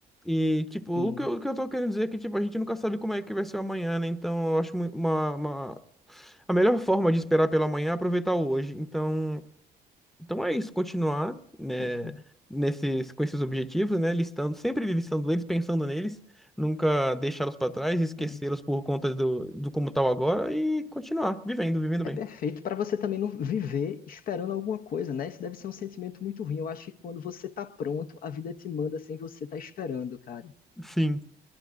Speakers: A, in the centre; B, on the left.
A: E, tipo, o
B: Sim,
A: que eu, o que eu tô querendo dizer é que, tipo, a gente nunca sabe como é que vai ser o amanhã, né? Então, eu acho mui- uma, uma... a melhor forma de esperar pelo amanhã é aproveitar o hoje. Então. Então é isso, continuar, né,
B: poxa.
A: nesses, com esses objetivos, né, listando, sempre listando eles, pensando neles, nunca deixá-los para trás, esquecê-los
B: É,
A: por conta do, do como tal agora e continuar vivendo, vivendo bem.
B: é perfeito para você também não viver esperando alguma coisa, né? Isso deve ser um sentimento muito ruim. Eu acho que quando você tá pronto, a vida te manda sem você estar esperando, cara.
A: Sim,